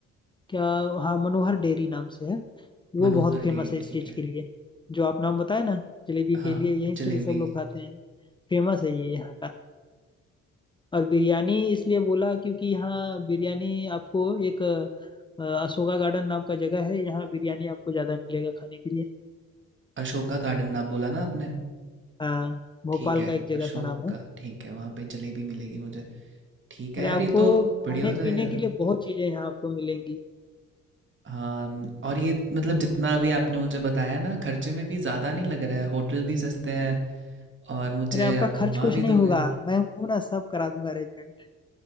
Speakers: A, on the left; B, on the right.
A: क्या हाँ मनोहर डेयरी नाम से है वो
B: मनोहर
A: बहुत फेमस
B: डेयरी
A: है इस
B: ठीक
A: चीज
B: है
A: के लिए जो आप नाम बताए ना जलेबी
B: हाँ
A: के लिए यहीं से
B: जलेबी
A: सब लोग खाते हैं फेमस है ये यहाँ का और बिरयानी इसलिए बोला क्योंकि यहाँ बिरयानी आपको एक अ, अशोका गार्डन नाम का जगह है यहाँ बिरयानी आपको ज्यादा मिलेगा खाने के लिए
B: अशोका गार्डन नाम बोला ना आपने
A: हाँ भोपाल
B: ठीक है
A: का एक जगह
B: अशोक
A: का नाम है
B: गा- ठीक है वहाँ पे जलेबी मिलेगी मुझे ठीक
A: अरे
B: है यार
A: आपको
B: ये तो
A: खाने
B: बढ़िया हो जाएगा
A: पीने के लिए बहुत चीजें यहाँ आपको मिलेंगी
B: हाँ और ये मतलब जितना भी आपने मुझे बताया ना खर्चे में भी ज़्यादा नहीं लग रहा है होटल भी सस्ते हैं और मुझे
A: अरे आपका
B: आप
A: खर्च
B: घुमा
A: कुछ
B: भी
A: नहीं
B: दोगे
A: होगा मैं हूं ना सब करा दूंगा अरेंजमेंट